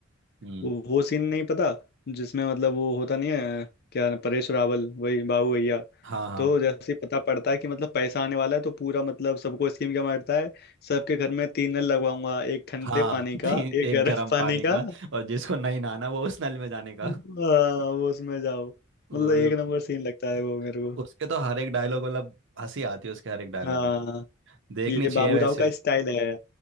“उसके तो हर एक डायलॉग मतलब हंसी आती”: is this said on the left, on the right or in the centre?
Right